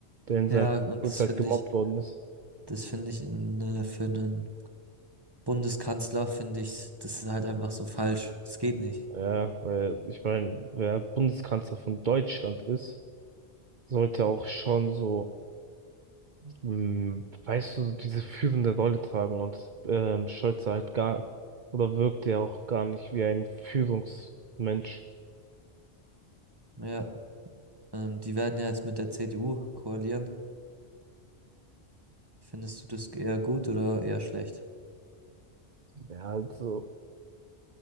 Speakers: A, on the right; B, on the right.
A: der in
B: ja,
A: seiner
B: und
A: Schulzeit
B: das finde
A: gemobbt
B: ich,
A: worden ist.
B: das finde ich in, äh, für einen Bundeskanzler, finde ich, das ist halt einfach so falsch. Das geht nicht.
A: Ja, weil ich meine, wer Bundeskanzler von Deutschland ist, sollte auch schon so, mh, weißt du, diese führende Rolle tragen und ähm, Scholz sah halt gar, oder wirkt ja auch gar nicht wie ein Führungsmensch.
B: Ja, ähm, die werden ja jetzt mit der CDU koalieren. Findest du das eher gut oder eher schlecht?
A: Ja, also.